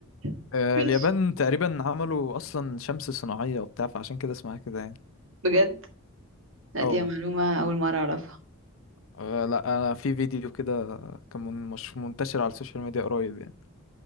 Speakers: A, on the right (about 65°); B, on the left (about 70°).
A: <laughs>
B: آه
A: ماشي
B: اليابان تقريبا عملوا أصلا شمس صناعية وبتاع فعشان كده اسمها كده يعني
A: بجد لا
B: اه
A: دي معلومة أول مرة أعرفها
B: آه، لا انا في فيديو كده كان من- مش منتشر على السوشيال ميديا قريب يعني